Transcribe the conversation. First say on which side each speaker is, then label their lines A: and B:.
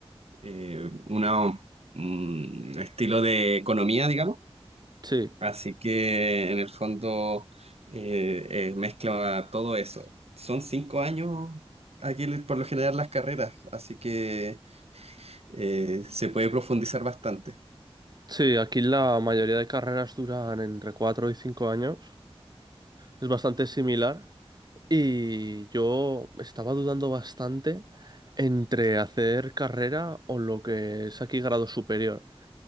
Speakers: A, on the right; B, on the right.
A: eh, una, un estilo de economía, digamos.
B: Sí,
A: Así que, en el fondo, eh, eh, mezcla todo eso. Son cinco años aquí, le- por lo general, las carreras, así que eh, se puede profundizar bastante.
B: sí, aquí la mayoría de carreras duran entre 4 y 5 años. Es bastante similar. Y yo estaba dudando bastante entre hacer carrera o lo que es aquí grado superior,